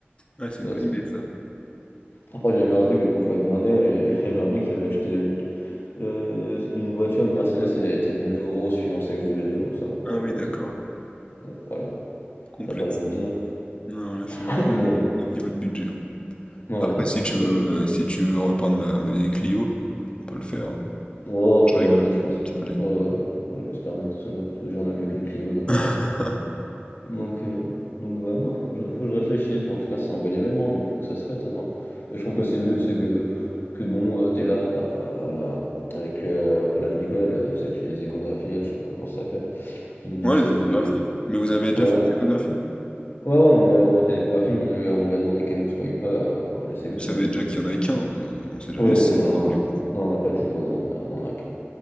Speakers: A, on the left (about 25°); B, on the left (about 60°).
A: Ouais,
B: C'est
A: c'est une
B: vrai
A: bonne
B: que ça.
A: idée ça.
B: Après, j'avais vu un truc, mais bon, faut être blindé. là, Il y a- il y avait un mec, il avait acheté une, euh, une voiture, une Mercedes, et elle était bleue ou rose suivant le sexe du bébé. Bon, ça, bon, après,
A: Ah oui,
B: faut
A: d'accord.
B: être. euh, Bon, voilà, on
A: Complexe.
B: n'a pas la même vie, hein.
A: Non, là, c'est
B: <coughs> <laughs> Mais. euh,
A: notre niveau de budget.
B: Ouais,
A: Après,
B: ouais, non,
A: si
B: mais
A: tu
B: faut...
A: veux, euh, si tu veux reprendre ma, ma vieille Clio, on peut le faire. hein.
B: Oh,
A: Je
B: ça
A: rigole,
B: va aller, je pense.
A: une petite blague.
B: Ouais, ouais, ouais, Ouais, j'espère bien que ça sonne parce que déjà on a mieux qu'une Clio, donc...
A: <laughs>
B: euh, Donc, euh, donc ouais, non, faut que, je, faut que je réfléchisse, mais en tout cas c'est un bel événement, donc faut que ça se fête. hein, non. Et je trouve que c'est mieux, c'est que, que bon, euh, t'es là, là, là, là, avec, euh, pas l'âge Nicolas, le- celle qui fait les échographies, là, je sais même pas comment ça s'appelle, qui nous dit
A: Ouais,
B: le sexe
A: les échographies.
B: du bébé.
A: Mais vous avez déjà
B: quoi.
A: fait les
B: Ouais,
A: échographies?
B: ouais, ouais, ouais, on lui a, on a fait l'échographie, mais on lui a, on lui a demandé qu'elle nous spoile pas euh, le sexe
A: Vous
B: du
A: savez
B: bébé.
A: déjà qu'il y en a qu'un, vous- on sait jamais
B: Oui, oui,
A: si c'est
B: on
A: dédoublé
B: a- on a-
A: ou pas.
B: non, on n'a pas de jumeaux, non, on a- on en a qu'un.